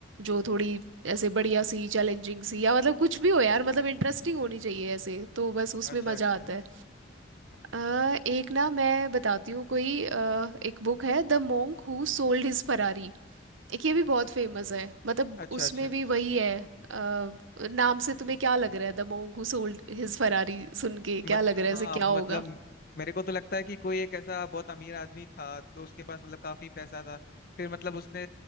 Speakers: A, on the right; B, on the left.
A: जो थोड़ी ऐसे बढ़िया सी चैलेंजिंग सी या मतलब कुछ भी हो यार मतलब इंटरेस्टिंग होनी चाहिए ऐसे तो बस उसमें
B: अच्छा
A: मजा
B: अच्छा
A: आता है अ, एक ना मैं बताती हूँ कोई अ, एक बुक है the monk who sold his Ferrari एक ये भी बहुत फेमस है मतलब
B: अच्छा
A: उसमें
B: अच्छा
A: भी वही है अ, नाम से तुम्हें क्या लग रहा है The monk who sold his Ferrari सुन के
B: मत
A: क्या लग
B: हाँ
A: रहा है ऐसे क्या
B: मतलब
A: होगा
B: मेरे को तो लगता है कि कोई एक ऐसा बहुत अमीर आदमी था तो उसके पास मतलब काफी पैसा था फिर मतलब उसने